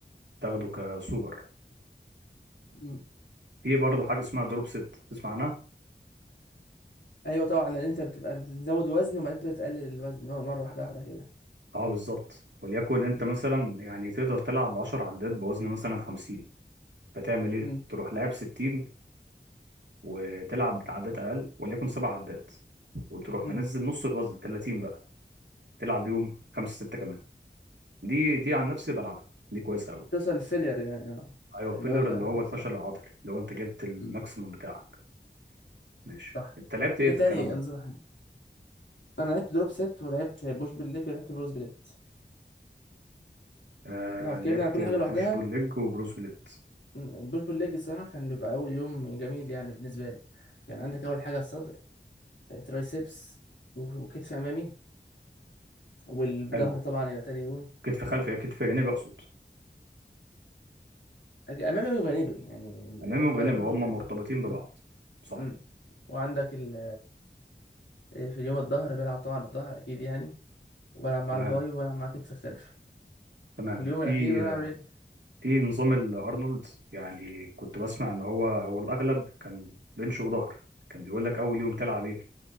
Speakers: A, on the right (about 75°); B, on the left (about 80°).
A: تاخده كسوبر
B: مم.
A: في برضه حاجه اسمها دروب ست تسمع عنها
B: ايوه طبعا لان انت بتبقى بتزود وزن وبعدين انت بتقلل الوزن مره واحده واحده كده
A: اه بالظبط وليكن انت
B: مم.
A: مثلا يعني تقدر تلعب 10 عدات بوزن مثلا 50 فتعمل ايه
B: مم.
A: تروح لاعب 60 وتلعب بعدات اقل وليكن سبع عدات وتروح
B: مم.
A: منزل نص الوزن 30 بقى تلعب يوم خمسة ستة كمان دي دي عن نفسي بلعبها دي كويسة قوي
B: توصل للفيلير يعني اه
A: ايوه فيلر
B: اللي هو الاخر
A: اللي هو الفشل العضلي اللي هو انت جبت الماكسيموم
B: مم.
A: بتاعك ماشي
B: صح
A: انت لعبت ايه
B: ايه
A: في
B: تاني
A: الكلام ده
B: انظمه حلوه انا لعبت دروب ست ولعبت بوش بالليج ولعبت بروز بليت
A: آه
B: لو اتكلمنا
A: لعبت
B: على كل
A: بوش
B: حاجه لوحدها
A: بول ليج وبروس بليت
B: مم، البوش بالليج الصراحه كان بيبقى اول يوم جميل يعني بالنسبه لي يعني عندك اول حاجه الصدر ترايسبس وكتف امامي والظهر
A: حلو
B: طبعا يبقى تاني يوم
A: كتف خلفي كتف جانبي اقصد
B: امامي وجانبي يعني
A: امامي
B: اللي هم
A: وجانبي
B: امامي
A: هما
B: وجانبي
A: مرتبطين ببعض
B: امم
A: صح
B: امم وعندك ال آه، في اليوم الظهر بلعب طبعا الظهر اكيد يعني وبلعب مع
A: تمام
B: الباي وبلعب مع كتف الخلفي
A: تمام
B: في اليوم
A: في
B: الاخير بلعب رجل
A: في نظام الارنولد يعني كنت بسمع ان هو هو الاغلب كان بنش وظهر كان بيقول لك اول يوم تلعب ايه